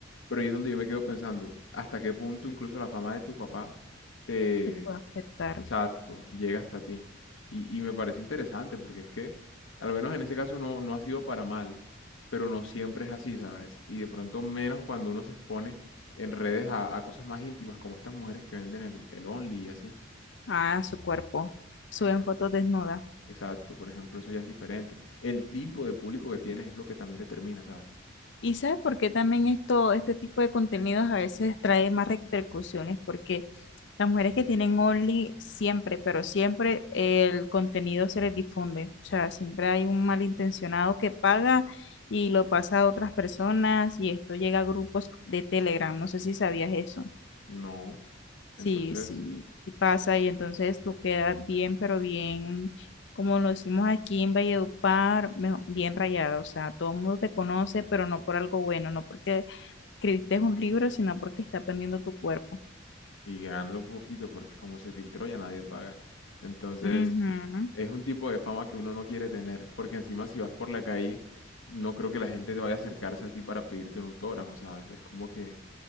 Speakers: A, on the left (about 80°); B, on the left (about 65°).
A: pero ahí es donde yo me quedo pensando, hasta qué punto incluso la fama de tu papá te,
B: Te puede afectar
A: Exacto, llega hasta ti. Y, y me parece interesante porque es que, al menos en ese caso, no, no ha sido para mal, pero no siempre es así, ¿sabes? Y de pronto menos cuando uno se expone en redes a, a cosas más íntimas, como estas mujeres que venden el, el Only y así.
B: a su cuerpo. Suben
A: Exacto.
B: fotos desnudas.
A: Exacto, por ejemplo, eso ya es diferente. El tipo de público que tienes es lo que también determina, ¿sabes?
B: Y sabes por qué también esto, este tipo de contenidos a veces trae más repercusiones, porque las mujeres que tienen Only siempre, pero siempre el contenido se les difunde. O sea, siempre hay un malintencionado que paga y lo pasa a otras personas y esto llega a grupos de Telegram. No sé si sabías eso.
A: No.
B: Sí,
A: Entonces,
B: sí, sí pasa y entonces tú quedas bien, pero bien, como lo decimos aquí en Valledupar, mejo- bien rayado. O sea, todo el mundo te conoce, pero no por algo bueno, no porque escribiste un libro, sino porque está pendiendo tu cuerpo.
A: y ganando poquito, porque como se filtró ya nadie paga. Entonces,
B: Ujú.
A: Es un tipo de fama que uno no quiere tener, porque encima si vas por la calle, no creo que la gente te vaya a acercarse a ti para pedirte un autógrafo, ¿sabes? Es como que